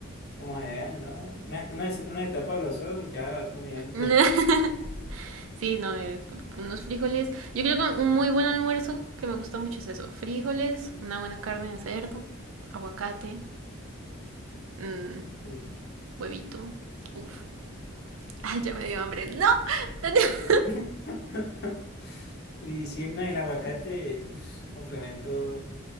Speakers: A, on the left; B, on the right.
A: como se vean, ¿no? Una, una, una etapa a los ojos y ya va comiendo.
B: <laughs> Sí, no, es unos frijoles. Yo creo que un muy buen almuerzo que me gusta mucho es eso. Frijoles, una buena carne de cerdo, aguacate, mm,
A: <laughs> Uy.
B: huevito. Uf, <laughs> ay, ya me dio hambre. No. <laughs>
A: <laughs> Uy, sí, no, el aguacate, uf, un complemento.